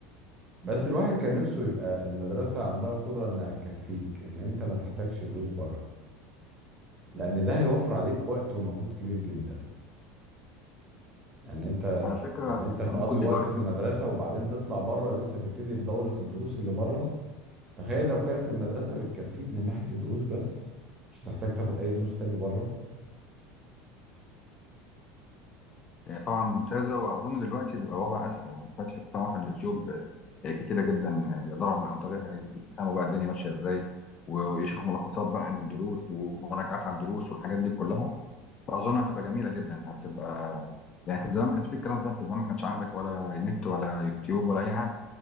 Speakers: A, on the right; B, on the left.
A: بس الواحد كان نفسه يبقى المدرسة عندها قدرة إنها تكفيك إن أنت ما تحتاجش دروس بره لأن ده هيوفر عليك وقت ومجهود كبير جدا يعني أنت
B: على فكرة
A: إن أنت تقضي
B: ممكن دلوقتي
A: وقت في المدرسة وبعدين تطلع بره لسه تبتدي في دورة الدروس اللي بره تخيل لو كانت المدرسة بتكفيك من ناحية الدروس بس مش هتحتاج تاخد أي دروس تاني بره
B: آه، طبعا ممتازه واظن دلوقتي بيبقى الوضع اسهل دلوقتي في قنوات على اليوتيوب آه، آه، كتيره جدا آه، يقدروا من عن طريقها يفهموا بقى الدنيا ماشيه ازاي ويشوفوا ملخصات بقى عن الدروس ومراجعات على الدروس والحاجات دي كلها فاظن هتبقى جميله جدا هتبقى يعني كان زمان ما كانش في الكلام ده كان زمان ما كانش عندك ولا نت ولا يوتيوب ولا اي حاجه